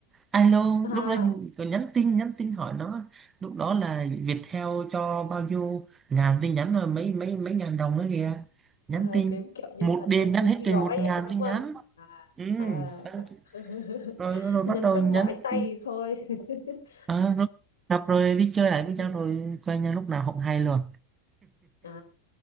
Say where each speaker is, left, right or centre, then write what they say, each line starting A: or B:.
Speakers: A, on the right (about 25°); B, on the left (about 75°).
A: alo
B: à,
A: lúc đó còn nhắn tin nhắn tin hỏi nó lúc đó là Viettel cho bao nhiêu ngàn tin nhắn rồi mấy mấy mấy ngàn đồng nữa kìa nhắn
B: à
A: tin
B: kiểu kiểu như
A: một
B: mình
A: đêm
B: đăng ký
A: nhắn hết
B: cái
A: chừng
B: gói
A: một ngàn
B: á, đúng
A: tin
B: không
A: nhắn
B: à
A: ừ.
B: à
A: xong
B: <laughs>
A: rồi rồi bắt
B: nhắn
A: đầu
B: cho
A: nhắn
B: mỏi tay
A: tin.
B: thì thôi <laughs>
A: Ờ, rồi gặp rồi đi chơi lại với
B: Ừ.
A: nhau rồi quen nhau lúc nào không hay luôn
B: À,